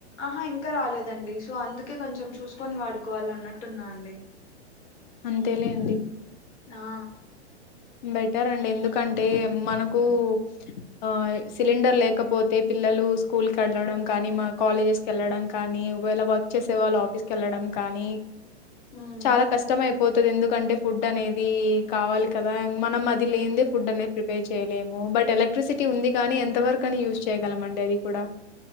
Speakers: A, on the left; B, on the left.
A: ఆహా ఇంకా రాలేదండి సో అందుకే కొంచెం చూసుకొని వాడుకోవాలి అన్నట్టున్నా అండి
B: అంతేలేండి
A: ఆ
B: బెటర్ అండి ఎందుకంటే మనకు ఆ సిలిండర్ లేకపోతే పిల్లలు స్కూల్ కి వెళ్లడం కానీ మా కాలేజెస్ కు వెళ్లడం కానీ ఒకవేళ వర్క్ చేసే వాళ్లు ఆఫీస్ కు వెళ్లడం కానీ
A: ఉమ్
B: చాలా కష్టం అయిపోతది ఎందుకంటే ఫుడ్ అనేది కావాలి కదా మనం అది లేనిదే ఫుడ్ అనేది ప్రిపేర్ చేయలేము బట్ ఎలక్ట్రిసిటీ ఉంది కానీ ఎంతవరకని యూస్ చేయగలమండి చేయగల మండి అది కూడా